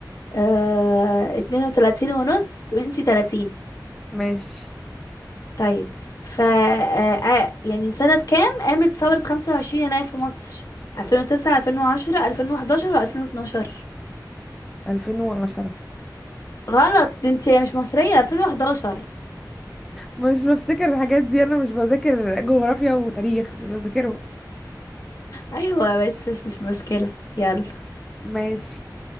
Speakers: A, on the left; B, in the centre.
A: آه... 32 ونص وانتي 30
B: ماشي
A: طيب ف آه... آه، يعني سنة كام قامت ثورة 25 يناير في مصر 2009 2010 2011 و2012
B: ألفين وعشرة
A: غلط دي انت مش مصرية 2011
B: مش بفتكر الحاجات دي أنا مش بذاكر جغرافيا وتاريخ مش بذاكرهم
A: ايوه بس مش مش مشكلة يلا
B: ماشي